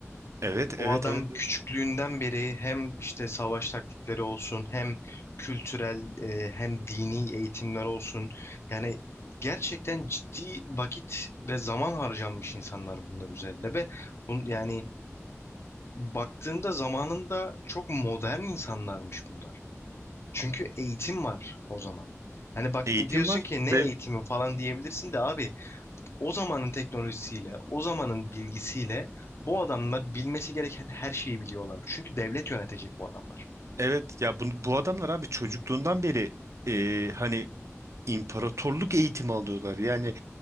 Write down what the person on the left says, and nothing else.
O
adam
küçüklüğünden beri hem işte savaş taktikleri olsun hem kültürel e, hem dini eğitimler olsun. Yani gerçekten ciddi vakit ve zaman harcanmış insanlar bunlar üzerinde ve bun, yani baktığında zamanında çok modern insanlarmış bunlar. Çünkü eğitim var o zaman. Hani baktın
diyorsun
ki ne
eğitimi falan diyebilirsin de abi o zamanın teknolojisiyle, o zamanın bilgisiyle bu adamlar bilmesi gereken her şeyi biliyorlar. Çünkü devlet yönetecek bu adamlar.